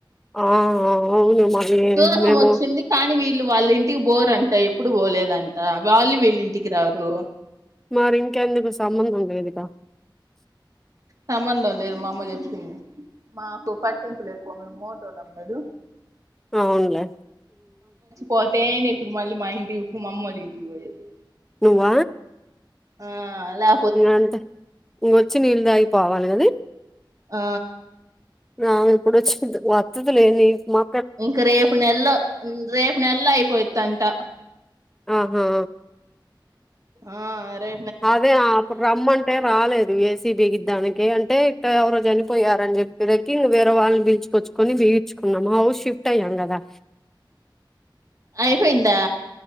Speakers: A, in the centre; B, on the right (about 45°).
A: ఆ అవును మరి
B: సూదకం
A: మేము
B: వచ్చింది కానీ వీళ్ళు వాళ్ళ ఇంటికి పోరుంట ఎప్పుడు పోలేదంట వాళ్ళు వీళ్ళ ఇంటికి రారు
A: మరి ఇంకెందుకు సంబంధం లేదుగా
B: సంబంధం లేదు మా అమ్మ చెప్తుంది మాకు పట్టెంపు లేక్కువ మేము మోటోలం కదు
A: అవునులే
B: పోతేను ఇప్పుడు మళ్ళీ మా ఇంటి మామ్మోల్ ఇంటికి పోయది
A: నువ్వ
B: ఆలా
A: అంత ఇంకొచ్చి నీళ్ళు తాగిపోవాలి కదే
B: ఆ
A: నా ఇప్పుడు వచ్చింది వతదిలే నీకు మ
B: ఇంకా రేపు నెలలో రేపు నెలలో అయిపోయిదంట
A: ఆహా
B: ఆ రే
A: అదే అప్పుడు రమ్మం తే రాలేదు ఏసీబిగీద్దానికి అంటే ఇట్ట ఎవరో చనిపోయరు అని చెప్పికి రకిల్ వేరే వాళ్ళని పిలుచుకచ్చు కొని బీగిచుకున్నం హౌస్ షిఫ్ట్ అయ్యాం కదా
B: అయిపోయిందా